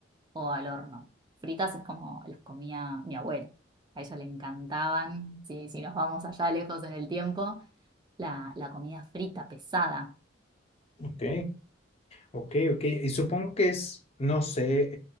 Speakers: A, on the right (about 25°); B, on the left (about 30°).
A: o al horno. Fritas es como las comía mi abuela. A ella le encantaban, si, si nos vamos allá lejos en el tiempo, la, la comida frita, pesada.
B: Ok. Ok, ok. Y supongo que es, no sé,